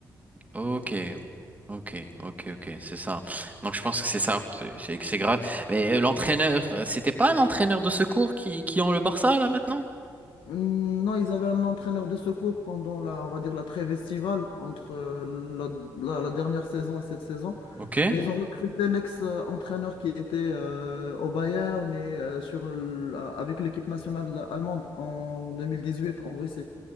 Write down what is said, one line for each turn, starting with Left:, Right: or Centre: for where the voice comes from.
Right: Ok, ok, ok, ok, c'est ça. Donc je pense que c'est ça, c'est c'est- c'est grave. Mais euh, l'entraîneur, euh, c'était pas l'entraîneur de secours qui qui ont le Barça là maintenant?
Left: Hum, Non, ils avaient un entraîneur de secours pendant la, on va dire, la trêve estivale entre euh, la, la- la dernière saison et cette saison.
Right: Ok.
Left: Mais ils ont recruté l'ex-entraîneur qui était euh, au Bayern et euh, sur, l- avec l'équipe nationale allemande en 2018 en Russie.